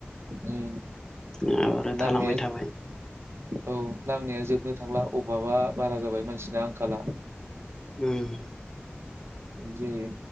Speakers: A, on the right; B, on the left.
A: उम
B: नङाबा आरो
A: नांनाया
B: थालांबाय थाबाय।
A: औ नांनाया जोबनो थांला अभाबा बारा जाबाय मानसिना आंखाला।
B: ओम
A: जे